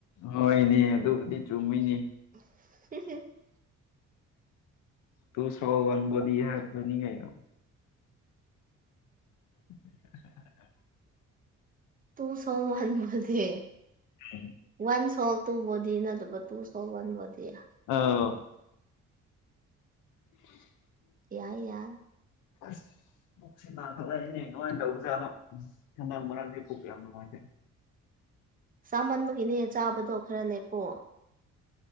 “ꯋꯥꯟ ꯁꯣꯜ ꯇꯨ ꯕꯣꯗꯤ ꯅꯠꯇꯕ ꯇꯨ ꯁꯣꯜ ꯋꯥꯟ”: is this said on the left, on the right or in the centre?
Right